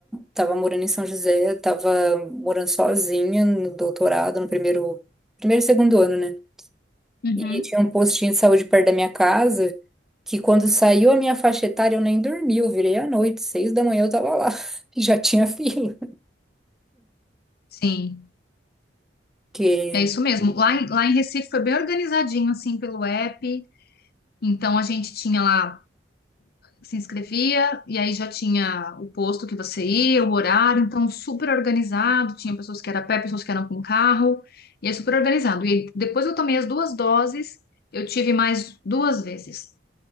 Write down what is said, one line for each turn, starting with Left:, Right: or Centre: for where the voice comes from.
Centre: tava morando em São José, tava morando sozinha no doutorado, no primeiro, primeiro e segundo ano, né?
Left: Uhum.
Centre: E tinha um postinho de saúde perto da minha casa, que quando saiu a minha faixa etária, eu nem dormi, eu virei à noite, seis da manhã eu tava lá, <laughs> já tinha fila.
Left: Sim,
Centre: Porque,
Left: é isso mesmo. Lá em, lá em Recife foi bem organizadinho, assim, pelo app. Então a gente tinha lá, se inscrevia, e aí já tinha o posto que você ia, o horário, então super organizado. Tinha pessoas que eram a pé, pessoas que eram com carro, e é super organizado. E depois eu tomei as duas doses, eu tive mais duas vezes.